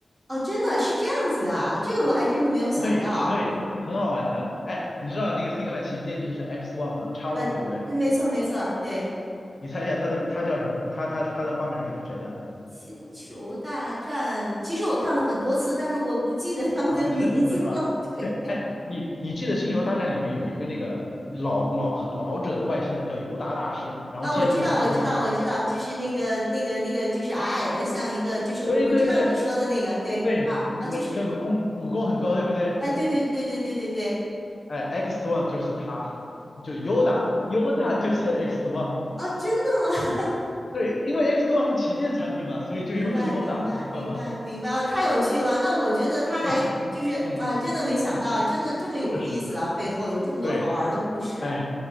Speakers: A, on the right; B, on the left.
A: 哦，真的是这样子的啊，这个我还真是没有想到。
B: 对对，很好玩的。哎，你知道那个 ThinkPad 旗舰机是 X One 吗？X One
A: 呃，
B: 对不对？
A: 对没错没错，对，
B: 你猜一下它的它叫什么？它它它的花名儿是谁的？
A: 《星球大战》，其实我看了很多次，但是我不记得他们的名字了。
B: 啊，不记得名字是吧？
A: 对，
B: 对，哎，你你记得《星球大战》里面有一个那个老老很老者的外星人叫尤达大师，然后剑术很高的。
A: 啊，我知道我知道我知道，就是那个那个那个，就是矮矮的，像一个，就是我我知道你说的那个，
B: 对对对
A: 对，
B: 对，
A: 啊啊，
B: 那那个功武功很高，
A: 就是，
B: 对不对？
A: 哎、对对对对对对对，
B: 哎，X One 就是他，就 Yoda，Yoda 就是 X One。
A: 哦，真的吗？
B: 对，因为 X One 是旗舰产品嘛，所以就用的
A: 明白，
B: Yoda，
A: 明白，
B: 你知道吗？
A: 明白，明白，啊太有趣了。那我觉得他还就是啊，
B: <laughs> 就嗯嗯嗯，
A: 真的没想到，真的这么有意思啊，
B: 是是，
A: 背后有这么多好玩儿的故事啊。
B: 对，哎，